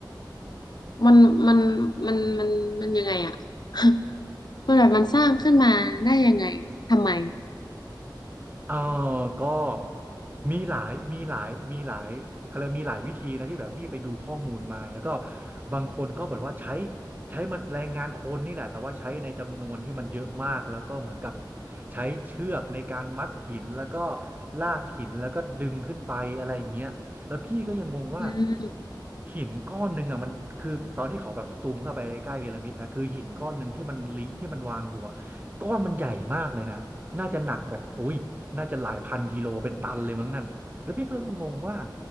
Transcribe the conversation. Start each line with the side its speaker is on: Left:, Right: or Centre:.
Left: มันมันมันมันมันยังไงอ่ะ <laughs> มันแบบมันสร้างขึ้นมาได้ยังไงทำไม
Right: เออก็มีหลายมีหลายมีหลายเขาเรยกมีหลายวิธีนะที่แบบพี่ไปดูข้อมูลมาแล้วก็บางคนก็แบอกว่าใช้ใช้มันแรงงานคนนี่แหละแต่ว่าใช้ในจำนวนที่มันเยอะมากแล้วก็เหมือนกับใช้เชือกในการมัดหินแล้วก็ลากหินแล้วก็ดึงขึ้นไปอะไรอย่างเงี้ยแล้วพี่ก็ยังงงว่า
Left: อืม
Right: หินก้อนหนึ่งอ่ะมันคือตอนที่เขาแบบซูมเข้าไปใกล้พีระมิดนะคือหินก้อนหนึ่งที่มันลิที่มันวางอยู่อ่ะก้อนมันใหญ่มากเลยนะ น่าจะหนักแบบอุ้ยน่าจะหลายพันกิโลเป็นตันเลยมั้งนั่นแล้วพี่ก็งงว่า